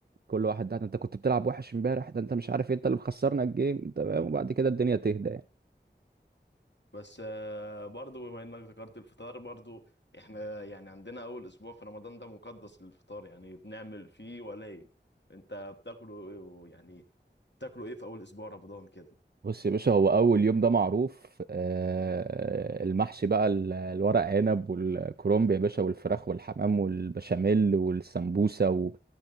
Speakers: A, on the right (about 60°); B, on the left (about 75°).
A: كل واحد ده انت كنت بتلعب وحش امبارح ده انت مش عارف إيه، انت اللي مخسرنا الجيم انت فاهم وبعد كده الدنيا تهدى يعني
B: بس آه، برضو بما انك ذكرت الفطار برضو احنا يعني عندنا اول اسبوع في رمضان ده مقدس للفطار يعني بنعمل فيه ولايم انت بتاكله إيه- يعني بتاكله ايه في اول اسبوع رمضان كده
A: بص يا باشا هو اول يوم ده معروف آه، المحشي بقى ال- الورق عنب والكرنب يا باشا والفراخ والحمام والبشاميل والسمبوسه و...